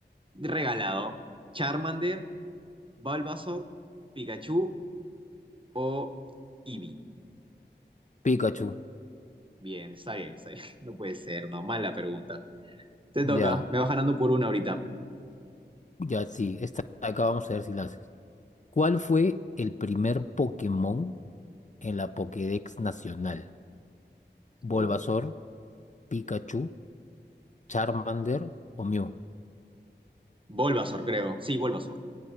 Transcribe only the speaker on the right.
Regalado. ¿Charmander, Bulbasaur, Pikachu o Eevee?
Bien, está bien, está bien. <laughs> No puede ser, no, mala pregunta. Te toca,
me vas ganando por una ahorita.
Oh,
Bulbasaur, creo. Sí, Bulbasaur.